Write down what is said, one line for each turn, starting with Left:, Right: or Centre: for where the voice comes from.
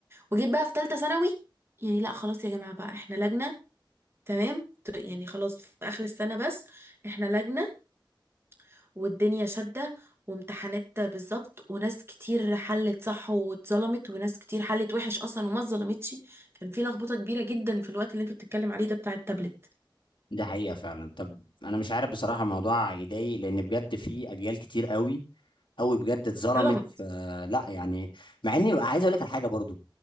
Right: وجيت بقى في تالتة ثانوي يعني لا خلاص يا جماعة بقى احنا لجنة تمام ت- يعني خلاص في اخر السنة بس احنا لجنة والدنيا شدة وامتحانات بالظبط وناس كتير حلت صح واتظلمت وناس كتير حلت وحش أصلا وما اتظلمتش كان في لخبطة كبيرة جدا في الوقت اللي انت بتتكلم عليه ده بتاع التابلت
Left: دي حقيقة فعلا طب أنا مش عارف بصراحة الموضوع يضايق لأن بجد في أجيال كتير قوي قوي بجد اتظلمت
Right: ظلمت
Left: ف- لا يعني مع إني عايز أقول لك على حاجة برضو